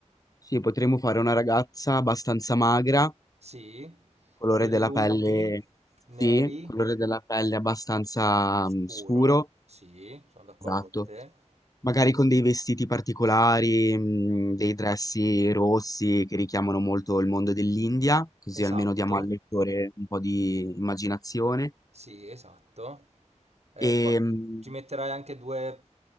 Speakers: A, on the left; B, on the right.
A: sì, potremmo fare una ragazza abbastanza magra,
B: Sì,
A: colore
B: capelli
A: della
B: lunghi,
A: pelle,
B: neri,
A: sì, colore della pelle abbastanza
B: scuro.
A: mm, scuro,
B: Sì, sono d'accordo
A: esatto.
B: con te.
A: Magari con dei vestiti particolari, mhmm, dei dressi rossi che richiamano molto il mondo dell'India, così
B: Esatto.
A: almeno diamo al lettore un po' di immaginazione.
B: Sì, esatto. Eh,
A: Ehm,
B: qua- Ci metterai anche due